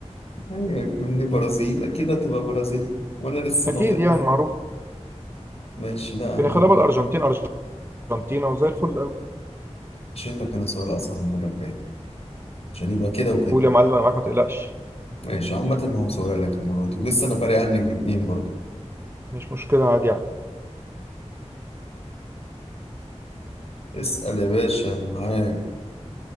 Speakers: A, on the left; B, on the right.
A: ايوه مني برازيل اكيد هتبقى برازيلي وانا لسه
B: اكيد
A: ناطقها
B: يعني معروف
A: ماشي لا انا
B: كان يخليها بقى الارجنتين ارجنتينا وزي الفل قوي
A: هشيل لك انا سؤال اصعب المره الجايه عشان يبقى كده وكده
B: قول يا معلم انا معاك ما تقلقش
A: ماشي عامه هو سؤالك المره دي ولسه انا فارق عنك باتنين برضه
B: مش مشكله عادي يعني
A: اسال يا باشا انا معاك